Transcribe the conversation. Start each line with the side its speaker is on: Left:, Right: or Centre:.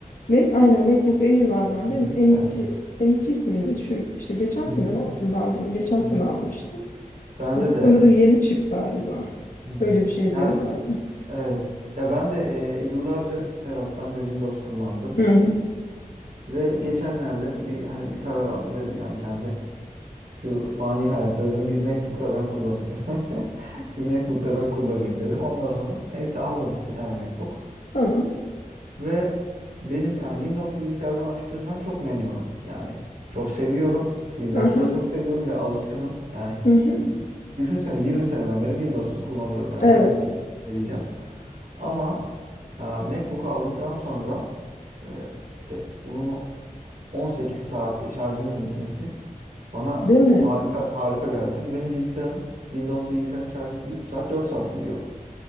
Left: Mac aynen MacBook Air var bende.
Right: hı
Left: M2
Right: Evet.
Left: M2 mi ne? Şu işte geçen sene
Right: Hı-hı.
Left: mi aldım ben bunu? Geçen
Right: Hı-hı.
Left: sene almıştım.
Right: Bende
Left: O da sanırım
Right: de.
Left: yeni çip galiba.
Right: Hı. hı.
Left: Öyle bir şey
Right: Ya,
Left: diyorlardı.
Right: evet. Ya ben de e, yıllarca Serap ben de Windows kullandım
Left: Hı hı.
Right: ve geçenlerde bir hani bir karar aldım dedim ya bir tane de şu fani hayatta dedim bir MacBook'ta ben kullanayım. <laughs> Bir MacBook'ta ben kullanayım dedim. Ondan sonra neyse aldım bir tane MacBook.
Left: Tamam.
Right: Ve benim yani Windows bilgisayardan açıkçası ben çok memnunum. Yani çok seviyorum. Windows'u
Left: Aha.
Right: da çok seviyorum ve alışkınım. Yani
Left: Hı hı.
Right: y- düşünsene 20 seneden beri Windows'u kullanıyorum. Yani
Left: Evet.
Right: tabii ki vereceğim. Ama e, MacBook'u aldıktan sonra e, işte onun 18 saat şarjının gitmesi bana
Left: Değil mi?
Right: harika harika geldi. Çünkü benim bilgisayarın Windows bilgisayarın şarjı 3 saat 4 saat gidiyor.